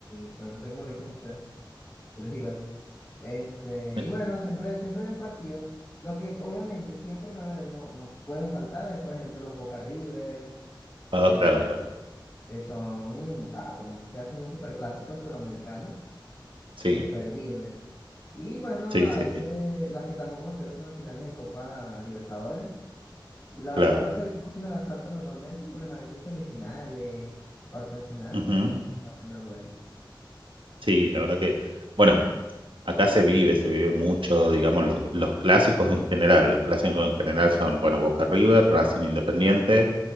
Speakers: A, on the left (about 20°); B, on the right (about 80°).
A: y, bueno, no sé cómo lo dicen ustedes, yo les digo así. Este,
B: Eh,
A: y bueno, siempre, siempre hay un partido, los que obviamente siempre me veo y no, no pueden faltar es, por ejemplo, los Boca River,
B: Ah,
A: eh,
B: claro, claro.
A: que son, o sea, por más que sea, son un superclásico suramericano,
B: Sí,
A: imperdible. Y bueno,
B: sí,
A: a
B: sí,
A: veces
B: sí,
A: las que tampoco me pierdo son las finales de Copa Libertadores. La,
B: claro.
A: la fase de grupos sí me la salto normalmente. Y bueno, a veces semifinales, cuartos de final,
B: Ujú.
A: sí, también me los veo.
B: Sí, la verdad que, bueno, acá se vive, se vive mucho, digamos, los, los clásicos en general. Los clásicos en general son, bueno, Boca River, Racing Independiente,